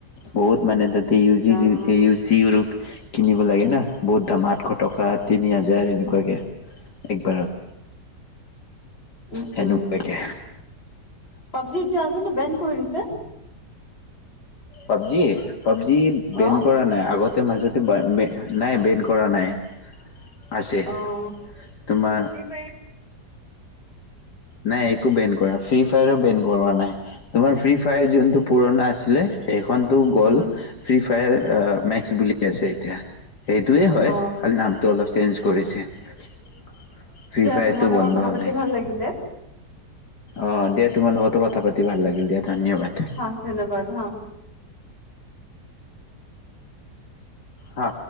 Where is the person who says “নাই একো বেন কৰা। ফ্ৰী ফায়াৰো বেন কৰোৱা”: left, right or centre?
Left